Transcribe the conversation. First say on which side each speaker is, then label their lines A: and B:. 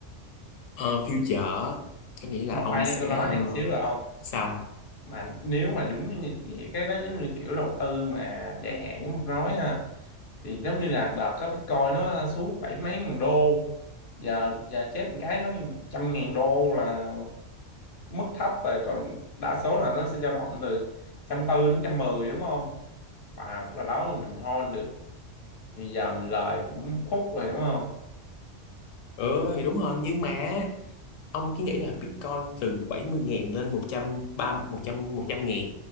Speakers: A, on the left; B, on the left.
A: ờ, future có nghĩa là
B: mà
A: ông
B: khoan
A: sẽ
B: cho tôi nói này
A: ờ,
B: một xíu được không
A: sao
B: mà nếu mà đúng như như- như cái đó giống như kiểu đầu tư mà dài hạn giống tôi nói ha thì giống như là đợt có Bitcoin nó xuống bảy mấy ngàn đô giờ giờ chết một cái nó trăm ngàn đô là mức thấp rồi còn đa số là nó sẽ dao động từ trăm tư đến trăm mười đúng không và là đó mà mình hold được thì giờ mình lời cũng khúc rồi đúng không
A: ừ thì đúng rồi nhưng mà ông cứ nghĩ là Bitcoin từ bảy mươi ngàn lên một một trăm ba một trăm một trăm ngàn